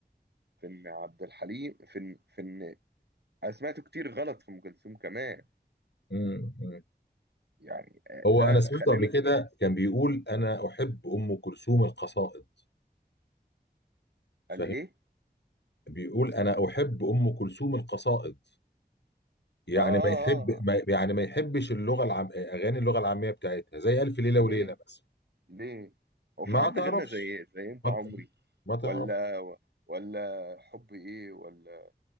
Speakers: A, on the right; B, on the left.
A: في ان عبد الحليم في ان في ان انا سمعته كتير غلط في ام كلثوم كمان
B: مم، مم.
A: يعني آه،
B: هو
A: ده
B: انا سمعته
A: خلاني
B: قبل كده كان بيقول انا احب ام كلثوم القصائد فاهم
A: قال ايه؟
B: بيقول انا احب ام كلثوم القصائد يعني
A: اه اه
B: ما يحب
A: اه آه،
B: ما يعني ما يحبش اللغه العام اغاني اللغه العاميه بتاعتها زي الف ليله وليله
A: ليه؟
B: مثلا
A: ليه؟ هو
B: ما
A: في حد
B: تعرفش
A: غنى زي إيه؟ زي انت
B: ما
A: عمري
B: ما تعرفش
A: ولا ولا حب ايه ولا